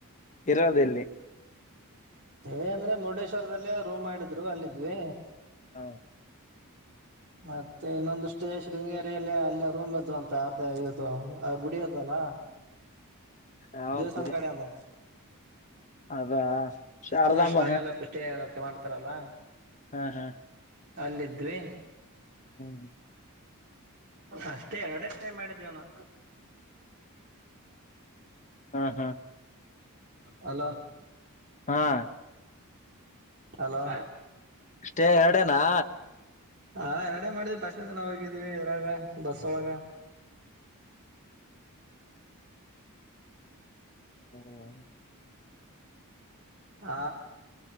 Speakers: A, on the left; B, on the right.
A: ಇರೋದೆಲ್ಲಿ
B: ಸ್ಟೇ ಅಂದ್ರೆ ಮುರುಡೇಶ್ವರದಲ್ಲೇ ರೂಮ್ ಮಾಡಿದ್ರು ಅಲ್ಲಿದ್ವಿ
A: ಹೌದ
B: <inaudible> ಮತ್ತೆ ಇನ್ನೊಂದಷ್ಟೇ ಶೃಂಗೇರಿಲ್ಲಿ ಅಲ್ಲೇ ರೂಮ್ ಇದ್ದು ಅಂತ ಅರ್ಧ ಇದು ಆ ಗುಡಿ ಅದಲ್ಲ
A: ಯಾವದ್
B: ದೇವಸ್ಥಾನ
A: ಬಿಡಿ
B: ಕಡೆ ಇಂದ
A: ಅದಾ ಶಾರದಾಂಬ
B: ಟೂರಿಸ್ಟ್ ಗಳಿಗೆಲ್ಲ ಸ್ಟೇ ಆಗಕ್ಕೆ ಮಾಡ್ತಾರಲ್ಲ
A: ಹ್ಮ್ ಹ್ಮ್
B: ಅಲ್ಲಿದ್ವಿ
A: ಹ್ಮ
B: ಅಷ್ಟೇ ಎರಡೆ ಸ್ಟೇ ಮಾಡಿದ್ವಿನು
A: ಹ್ಮ ಹೂ
B: ಹಲೋ
A: ಹಾಂ
B: ಹಲೋ
A: ಸ್ಟೇ ಎರಡೇನಾ
B: ಹಾ ಎರಡೆೇ ಮಾಡಿದ್ವಿ ಬಸ್ ಇಂದನಾ ಹೋಗಿದ್ವಿ ಇದ್ರಾಗ ಬಸ್ ವೋಲಗ
A: ಹ್ಮ್
B: ಆ